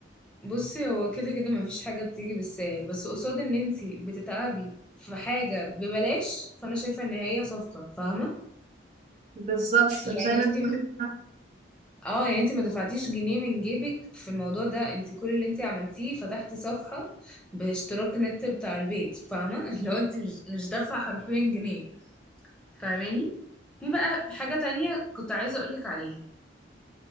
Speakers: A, in the centre; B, on the right.
A: بصي هو كده كده مفيش حاجة بتيجي بالساهل بس قصاد ان انتي بتتعبي في حاجة ببلاش فانا شايفة ان هي صفقة فاهمة
B: بالظبط
A: يعني
B: زي ما
A: انتي
B: انت قلت
A: اه يعني انتي ما دفعتيش جنيه من جيبك في الموضوع ده انتي كل اللي انتي عملتيه فتحتي صفحة باشتراك نت بتاع البيت فاهمة <laughs> لو انتي مش مش دافعة حرفيا جنيه فاهماني في بقى حاجة تانية كنت عايزة أقولك عليها